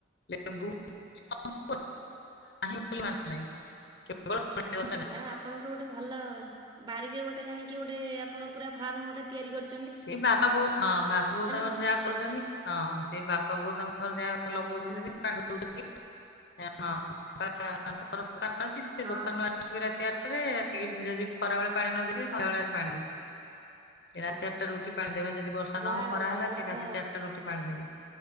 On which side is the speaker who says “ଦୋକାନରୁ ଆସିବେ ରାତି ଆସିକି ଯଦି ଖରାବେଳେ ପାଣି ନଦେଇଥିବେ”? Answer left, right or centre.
Left